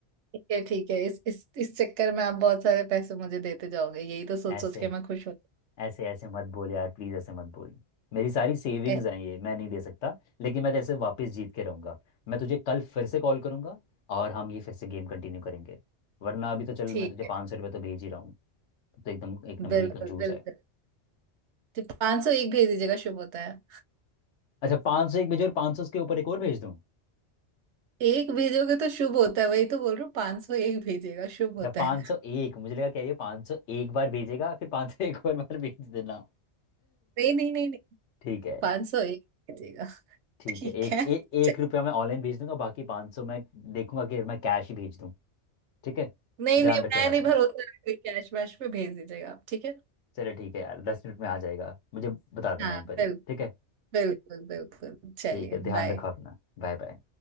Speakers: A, on the right (about 80°); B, on the left (about 75°).
A: ठीक है ठीक है इस इस इस चक्कर में आप बहुत सारे पैसे मुझे देते जाओगे यही तो सोच
B: ऐसे
A: सोच के मैं खुश होती
B: ऐसे ऐसे मत बोल यार प्लीज ऐसे मत बोल मेरी सारी सेविंग्स
A: हूँ ऐ-
B: हैं ये मैं नहीं दे सकता लेकिन मैं जैसे वापस जीत के रहूंगा मैं तुझे कल फिर से कॉल करूंगा और हम ये फिर से गेम कंटिन्यू करेंगे वरना अभी तो चल
A: ठीक
B: मैं तुझे
A: है
B: पाँच सौ रुपये तो भेज ही रहा हूँ तो एकदम एक नंबर
A: बिल्कुल
B: की कंजूस
A: बिल्कुल
B: है
A: तो पाँच सौ एक भेज दीजिएगा शुभ होता है
B: अच्छा पाँच सौ एक भेजो और पाँच सौ उसके ऊपर एक और भेज दूँ
A: एक भेजोगे तो शुभ होता है वही तो बोल रहा हूँ पाँच सौ एक भेजिएगा शुभ
B: अच्छा
A: होता
B: पाँच
A: है
B: सौ एक मुझे लगा क्या ये पाँच सौ एक बार भेजेगा फिर पाँच सौ एक और बार <laughs> भेज देना
A: नहीं नहीं नहीं नहीं
B: ठीक है
A: पाँच सौ एक भेजिएगा
B: ठीक
A: ठीक
B: है एक
A: है
B: ए, एक
A: च-
B: रुपया मैं ऑनलाइन भेज दूंगा बाकी पाँच सौ मैं देखूंगा कि मैं कैश ही भेज दूँ ठीक है
A: नहीं
B: ध्यान
A: नहीं
B: रखे
A: मैं
B: यार
A: नहीं
B: अपना
A: भरोसा रखती कैश वैश पे भेज दीजिएगा आप ठीक है
B: चले ठीक है यार दस मिनट में आ जाएगा मुझे बता देना
A: हाँ
B: एक बारी
A: बिल्कुल
B: ठीक है
A: बिल्कुल बिल्कुल चलिए
B: ठीक है ध्यान
A: बाय
B: रखो अपना बाय बाय